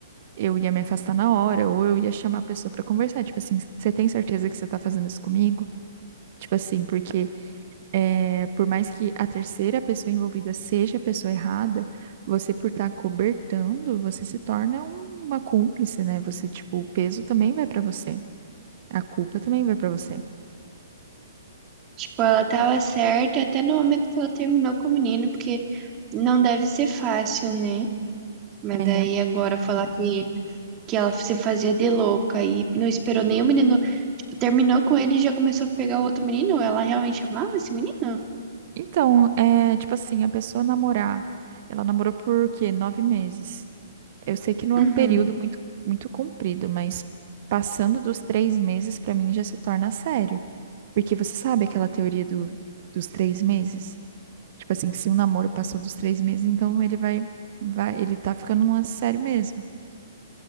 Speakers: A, on the right; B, on the right.
A: eu ia me afastar na hora, ou eu ia chamar a pessoa pra conversar. Tipo assim, você tem certeza que você tá fazendo isso comigo? Tipo assim, porque é, por mais que a terceira pessoa envolvida seja a pessoa errada, você por estar cobertando, você se torna um- uma cúmplice, né? Você, tipo, o peso também vai pra você. A culpa também vai pra você.
B: Tipo, ela tava certa até no momento que ela terminou com o menino, porque não deve ser fácil, né? Mas
A: É,
B: daí
A: real-
B: agora falar que que ela se fazia de louca e não esperou nem o menino, tipo, terminou com ele e já começou a pegar o outro menino. Ela realmente amava esse menino?
A: então, é, tipo assim, a pessoa namorar, ela namorou por quê? Nove meses. Eu sei que não é
B: Uhum.
A: um período muito, muito comprido, mas passando dos três meses, pra mim já se torna sério. Porque você sabe aquela teoria do, dos três meses? Tipo assim, que se um namoro passou dos três meses, então ele vai, vai, ele tá ficando um lance sério mesmo.